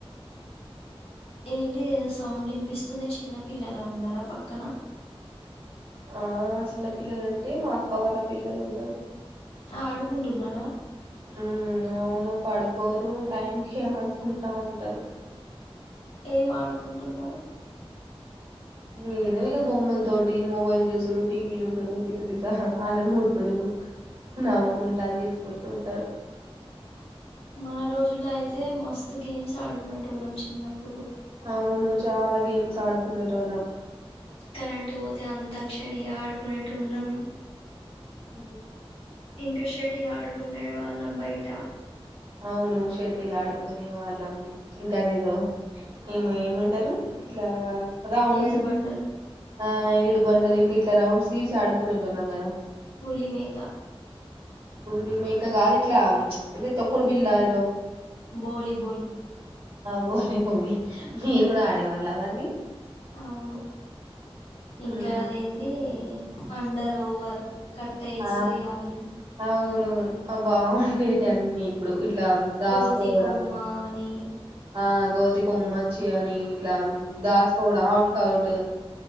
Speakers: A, on the left (about 70°); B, on the right (about 60°).
A: ఏంటి ఏదో సౌండ్ వినిపిస్తుంది చిన్న పిల్లలా ఉన్నారా పక్కన
B: ఆ చిన్న పిల్లలు అంటే మా అక్క వాళ్ళ పిల్లలున్నారు
A: ఆడుకుంటున్నారా
B: ఉమ్మ్ అవును పడుకోరు టైం కి ఆడుకుంటా ఉంటారు
A: ఏం ఆడుకుంటున్నారు
B: ఏదో ఇగ బొమ్మల తోటి మొబైల్ చూసుడు టీ వీ చూసుడు పిసపిస హారన్ కొట్టుడు నవ్వుకుంటా చేసుకుంటూ ఉంటారు
A: మన రోజుల్లో అయితే మస్తు గేమ్స్ ఆడుకొనేటోళ్ళం చిన్నప్పుడు
B: అవును చాలా గేమ్స్ ఆడుకొనేటోళ్ళం
A: కరెంటు పోతే అంతక్షరి ఆడుకొనేటోళ్ళం
B: అ
A: ఇంకా షెటిల్ ఆడుకుండే వాళ్ళం బయట
B: అవును షటిల్ ఆడుకొనేళ్ళం ఇంకా అదేదో ఏమో ఏమంటారు ఇట్లా అదా ఉవును
A: ఏడు
B: <unintelligible>
A: బండలు
B: ఆ ఇ బండలు ఇంక ఇట్ల రౌండ్స్ గీసి అడుకొనేటోళ్ళం కదా
A: పులి మేక
B: పులి మేక కాదిట్లా ఏదో తొక్కుడు బిల్ల ఏదో
A: బోలీ బోలీ
B: బోలి బోలి మీరు కూడా ఆడేవాళ్ళా అవన్నీ
A: అవును
B: ఉమ్.
A: ఇంకా అదేంది అండర్ ఓవర్ కట్టే
B: ఆ
A: ఇసరేయాలి
B: అవును ఆ బాగుందిటెటి అన్ని ఇప్పుడు ఇట్లా దాసుకోవడం
A: కోతి కొమ్మాని
B: ఆ కోతి కొమ్మచ్చి అని ఇలా దాస్ కోవడం అఔట్ కి కౌట్